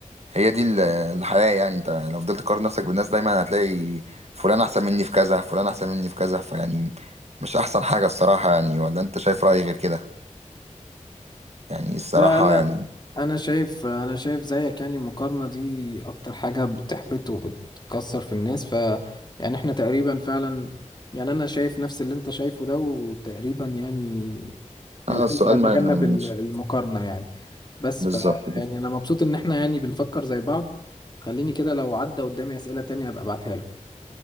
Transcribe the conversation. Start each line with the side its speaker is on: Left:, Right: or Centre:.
Right: هي دي ال- الحياه يعني انت لو فضلت تقارن نفسك بالناس دايما هتلاقي فلان احسن مني في كذا فلان احسن مني في كذا فيعني مش احسن حاجه الصراحه يعني ولا انت شايف رايي غير كده يعني الصراحه
Left: لا، انا
Right: يعني
Left: انا شايف انا شايف زيك يعني المقارنه دي اكتر حاجه بتحبط وبتكسر في الناس ف يعني احنا تقريبا فعلا يعني انا شايف نفس اللي انت شايفه ده وتقريبا يعني من
Right: اه
Left: الاجل
Right: السؤال
Left: هتجنب
Right: ما مش
Left: ال- المقارنه يعني بس
Right: بالظبط
Left: ف
Right: كده.
Left: يعني انا مبسوط ان احنا يعني بنفكر زي بعض خليني كده لو عدى قدامي اسئله تانية ابقى ابعتها لك